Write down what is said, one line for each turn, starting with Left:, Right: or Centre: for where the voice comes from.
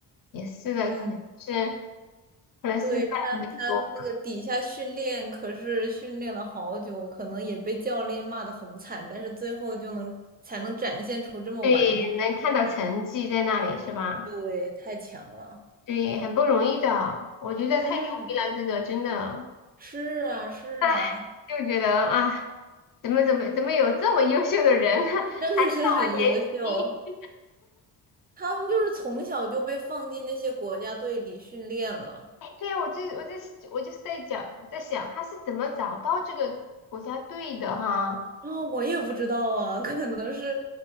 Left: 也是的，
Right: 嗯，
Left: 可能是可能是在美国，
Right: 对他，他那个底下训练可是训练了好久，可能也被教练骂得很惨，但是最后就能才能展现出这么完美。
Left: 对，能看到成绩在那里是吧？
Right: 对，太强了。
Left: 对，很不容易的，我觉得太牛逼了，
Right: 嗯，
Left: 这个真的，
Right: 是啊，是啊，
Left: 唉，就觉得啊，怎么怎么怎么有这么优秀的人？<laughs> 他
Right: <laughs> 真的是很优秀。
Left: 年轻，
Right: 他们就是从小就被放进那些国家队里训练了。
Left: 哎，对呀，我就我就是我就是在讲在想他是怎么找到这个国家队的哈？
Right: 啊、我也不知道啊，<laughs> 可能是